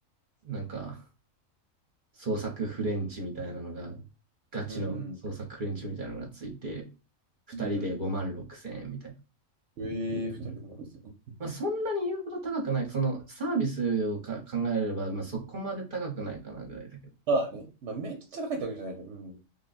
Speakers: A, on the right; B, on the right.
A: なんか、創作フレンチみたいなのが、ガチの創作フレンチみたいなのがついて、
B: うん。
A: 二人で5万6千円みたいな。
B: うんうんええ二人でもすごい。
A: まあ、そんなに言うほど高くない。そのサービスをか考えれば、まあ、そこまで高くないかなぐらいだけど。
B: まあね。まあ、めっちゃ高いってわけじゃないけど。うん。